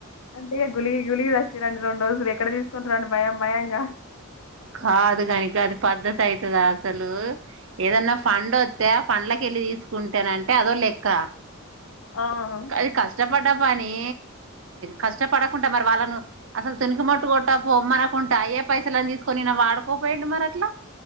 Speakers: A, on the left; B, on the right.
A: అంత గుళ గుళద రండు రోజులు ఎక్కడ తీసుకొనిరాను భయం భయంగా
B: కాదు కనుక అది పద్ధతి అవుతుందా అసలు ఏదన్నా ఫండ్ వస్తే ఆ ఫండ్లక వెళ్ళి తీసుకుంటానంటే అదో లెక్క
A: ఆ
B: అది కష్టపడి ని కష్టపడకుంటడా మరి వాళ్ళను అసలు తునికి మట్టు కొట్ట పొమ్మనకుంటడా ఏ పైసలు అని తీకొని వాడుకోపోయాండి మరి అట్లా